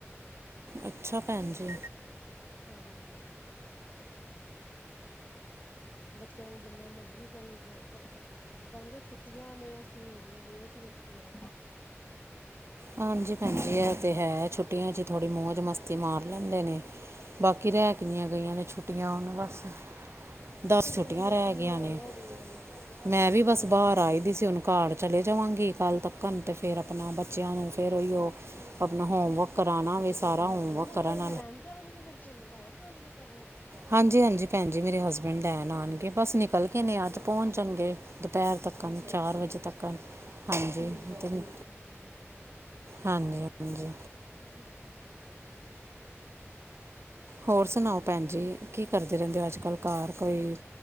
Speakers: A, on the right; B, on the left.
A: ਅੱਛਾ ਭੈਣ ਜੀ।
B: ਹਾਂਜੀ ਬੱਚਿਆਂ ਨੂੰ ਜਿੰਨਾ ਮਰਜੀ ਕਹੀ ਜਾਓ। ਇਹ ਤਾਂ ਤਾਂ ਛੁੱਟੀਆਂ ਨੇ ਅਸੀਂ ਹੁਣੇ ਲੇਟ ਆ ਕਿ ਉੱਠਣੇ ਆ
A: ਹਾਂਜੀ ਭੈਣਜੀ ਇਹ ਤੇ ਹੈ। ਛੁੱਟੀਆ 'ਚ ਥੋੜੀ ਮੋਜ ਮਸਤੀ ਮਾਰ ਲੈਦੇ ਨੇ ਬਾਕੀ
B: ਹਾਂ
A: ਰਹਿ ਕਿਨੀਆਂ ਗਈਆਂ ਨੇ ਛੁੱਟੀਆਂ ਉਹਨੂੰ ਬਸ ਦਸ
B: ਹਾਂ
A: ਛੁੱਟੀਆਂ
B: ਗਿਣੀਆਂ
A: ਰਹਿ
B: ਚੁਣੀਆਂ
A: ਗਈਆਂ
B: ਹੀ
A: ਨੇ
B: ਰਹਿ ਗਈਆਂ ਨੇ
A: ਮੈ ਵੀ ਬਸ
B: ਹਾਂਜੀ
A: ਬਾਹਰ ਆਈ ਦੀ ਸੀ ਉਹਨੂੰ ਘਰ ਚਲੇ ਜਾਵਾਂਗੇ ਕੱਲ੍ਹ ਤੱਕਣ ਤੇ ਫਿਰ ਆਪਣਾ ਬੱਸ ਬੱਚਿਆਂ ਨੂੰ ਫਿਰ ਉਹੀ ਉਹ
B: ਅੱਛਾ ਜੀ
A: ਆਪਣਾ ਹੋਮਵਰਕ ਕਰਾਉਣਾ ਵੇ
B: ਅੱਛਾ
A: ਸਾਰਾ
B: ਤੁਹਾਡੇ ਹਸਬੈਂਡ
A: ਹੋਮਵਰਕ ਕਰਨ
B: ਲੈਣ ਜਾਣਗੇ ਫਿਰ ਤੁਹਾਨੂੰ ਲੈ ਜਾਣਗੇ ਤੁਹਾਡੇ ਹਸਬੈਂਡ
A: ਹਾਂਜੀ ਹਾਂਜੀ ਭੈਣਜੀ ਮੇਰੇ ਹਸਬੈਂਡ ਲੇਨ ਆਉਣਗੇ ਬੱਸ ਨਿਕਲਦੇ ਕੱਲ ਕੇ ਨੇ
B: ਅੱਛਾ
A: ਅੱਜ
B: ਅੱਛਾ
A: ਪਹੁੰਚ ਜਾਣਗੇ ਦੁਪਹਿਰ ਤੱਕ
B: ਅੱਛਾ
A: ਚਾਰ
B: ਅੱਛਾ
A: ਵਜੇ ਤੱਕ ਹਾਂਜੀ
B: ਠੀਕ ਹੈ
A: ਹਾਂਜੀ
B: ਠੀਕ ਹੈ ਭੈਣ ਜੀ
A: ਹਾਂਜੀ ਹੋਰ ਸੁਣਾਓ ਭੈਣ ਜੀ ਕੀ ਕਰਦੇ ਰਹਿੰਦੇ ਹੋ ਅੱਜ ਕੱਲ੍ਹ ਘਰ ਕੋਈ